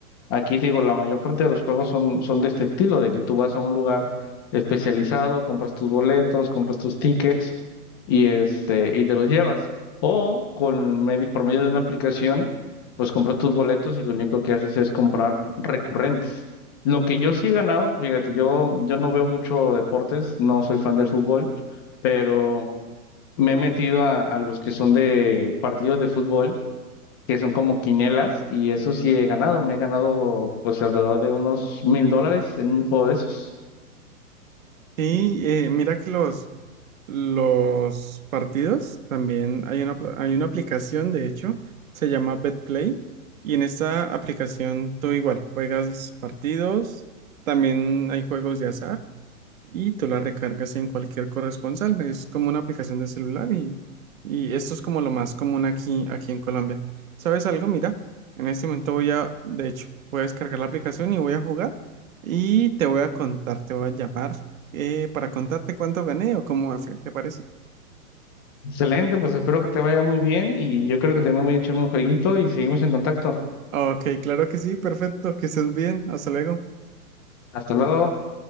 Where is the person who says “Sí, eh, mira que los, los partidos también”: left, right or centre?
Right